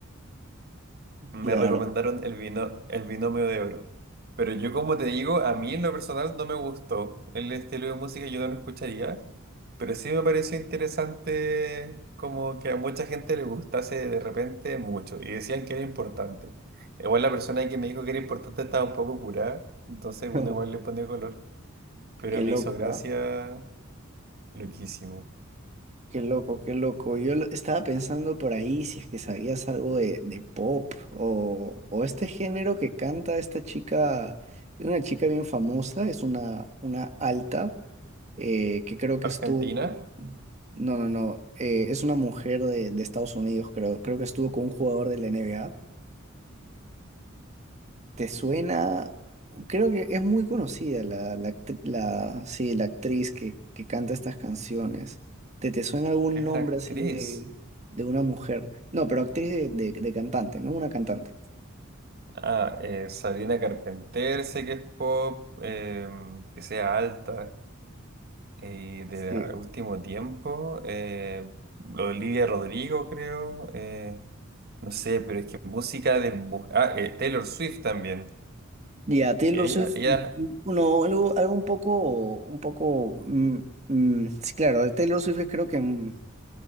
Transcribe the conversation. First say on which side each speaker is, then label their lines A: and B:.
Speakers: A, on the right; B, on the right.
A: Me
B: claro.
A: recomendaron el vino, el binomio de oro. Pero yo, como te digo, a mí en lo personal no me gustó el estilo de música, yo no lo escucharía. Pero sí me pareció interesante como que a mucha gente le gustase de repente mucho y decían que era importante. Igual la persona que me dijo que era importante estaba un poco curada, entonces
B: <laughs>
A: uno igual le pone color. Pero
B: Qué
A: me
B: loco,
A: hizo gracia,
B: ¿ah?
A: loquísimo.
B: Qué loco, qué loco. Yo lo- estaba pensando por ahí si es que sabías algo de, de pop o, o este género que canta esta chica, una chica bien famosa, es una, una alta, eh, que creo que estuvo
A: Argentina
B: con... No, no, no, eh, es una mujer de, de Estados Unidos, creo, creo que estuvo con un jugador de la NBA. ¿Te suena? Creo que es muy conocida la, la, actri- la- sí, la actriz que, que canta estas canciones. ¿Te, te suena algún
A: es
B: nombre
A: una actriz.
B: así de, de una mujer? No, pero actriz de, de- de cantante, ¿no? Una cantante.
A: Ah, eh, Sabrina Carpenter, sé que es pop, em, que sea alta y de
B: Sí.
A: último tiempo. eh, Olivia Rodrigo, creo. eh, no sé, pero es que música de... mu- Ah, eh, Taylor Swift también.
B: Y a Taylor
A: Ella,
B: Swift,
A: ella...
B: no, algo, algo un poco, un poco, mm, mm, sí, claro, Taylor Swift es creo que mm,